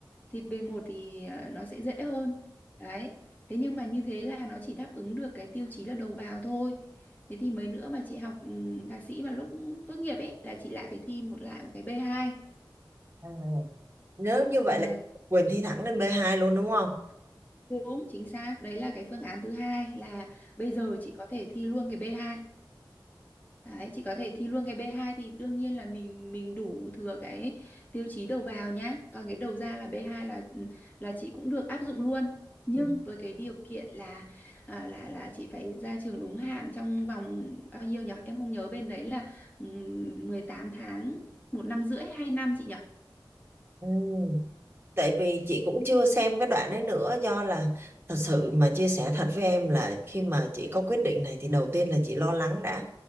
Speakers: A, on the left (about 20°); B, on the right (about 30°).
A: thi B1 thì ờ, nó sẽ dễ hơn đấy thế nhưng mà như thế là nó chỉ đáp ứng được cái tiêu chí là đầu vào thôi thế thì mấy nữa mà chị học ừ, thạc sĩ mà lúc tốt nghiệp ấy là chị lại phải thi một lại một cái B2
B: à, nếu như vậy
A: và.
B: là Quỳnh thi thẳng lên B2 luôn đúng không
A: Đúng, chính xác. Đấy là cái phương án thứ hai là bây giờ chị có thể thi luôn cái B2. Đấy, chị có thể thi luôn cái B2 thì đương nhiên là mình mình đủ thừa cái tiêu chí đầu vào nhá. Còn cái đầu ra là B2 là ừ, là chị cũng được áp dụng luôn. Nhưng
B: Ừ.
A: với cái điều kiện là à, là là chị phải ra trường đúng hạn trong vòng bao nhiêu nhỉ? Em không nhớ bên đấy là ừm, 18 tháng, một năm rưỡi, hai năm chị nhỉ?
B: Ừ. Tại vì chị cũng chưa xem cái đoạn đấy nữa do là thật sự mà chia sẻ thật với em là khi mà chị có quyết định này thì đầu tiên là chị lo lắng đã